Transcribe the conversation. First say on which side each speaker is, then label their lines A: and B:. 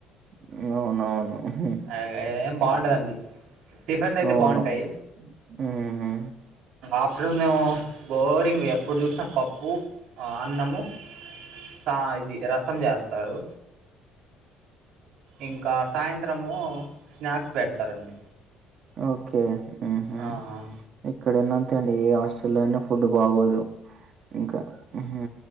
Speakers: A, on the right; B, on the right.
A: అవునవును ఉహు,
B: అ గదే ఏం బాగుండదండి టిఫిన్లు అయితే
A: అవును
B: బాగుంటాయ్
A: ఉహు
B: ఆఫ్టర్నూన్ ఏమో బోరింగ్ ఎ ఎప్పుడు చూస్న పప్పు అన్నము సా ఇది రసం జేస్తారు ఇంకా సాయంత్రమూ స్నాక్స్ పెడ్తరండి
A: ఓకే ఉహు
B: ఆ
A: ఎక్కడైనా అంతే ఆండీ ఏ హాస్టల్లోన్న ఫుడ్ బాగోదు ఇంకా హు